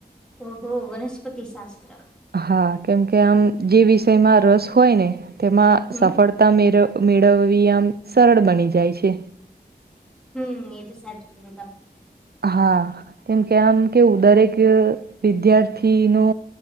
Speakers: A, in the centre; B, on the right (about 75°).
A: ઓહો વનસ્પતિશાસ્ત્ર!
B: હા કેમકે આમ જે વિષયમાં રસ હોય ને તેમાં
A: હમ
B: સફળતા મેરવ મેળવવી આમ સરળ બની જાય છે.
A: હમ્મ એ તો સાચું કીધ તમે.
B: હા કેમ કે આમ કેવું દરેક વિદ્યાર્થીનો